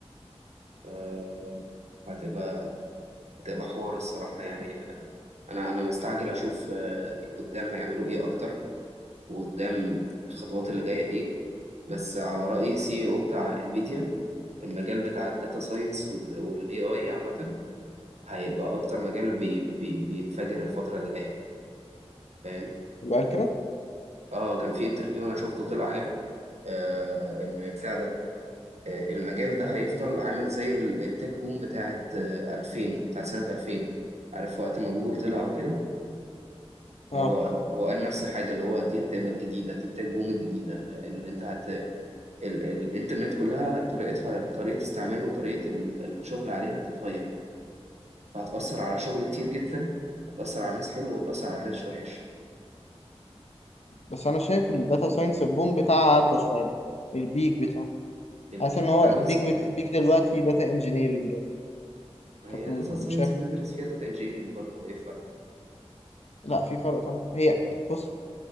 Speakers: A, on the right; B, on the left.
A: آه، هتبقى هتبقى حوار الصراحة يعني آه، أنا أنا مستعجل أشوف آه، قدام هيعملوا إيه أكتر وقدام الخطوات اللي جاية إيه بس على رأي سي او بتاع انفيديا المجال بتاع الداتا ساينس والاي اي عامة هيبقى أكتر مجال بي بي بينفجر الفترة اللي جاية فاهم؟
B: يبقى كده
A: آه كان في انترفيو أنا شفته طلع قال آه إن بتاع ده آه، المجال ده هيفضل عامل زي ال- التك بوم بتاعت آه، 2000 بتاعت سنة 2000 عارف وقت ما جوجل طلع وكده
B: اه
A: هو هو قال نفس الحاجة اللي هو دي هتبقى الجديدة دي التك بوم الجديدة ال- اللي انت هت ال... الانترنت كلها طريقتها طريقة استعمال وطريقة ال- الشغل عليها هتتغير فهتأثر على شغل كتير جدا هتأثر على ناس حلو وهتأثر على ناس وحش
B: بس انا شايف الداتا ساينس البوم بتاعها عدى شويه البيك بتاعه
A: البيك
B: حاسس ان هو
A: بتاع داتا
B: البيك بت... البيك دلوقتي داتا انجينيرنج يعني
A: هي
B: كنت م-
A: داتا ساينس
B: شايف
A: بندرس
B: ال-
A: فيها داتا انجينيرنج برضه هو ايه الفرق؟
B: لا في فرق طبعا هي بص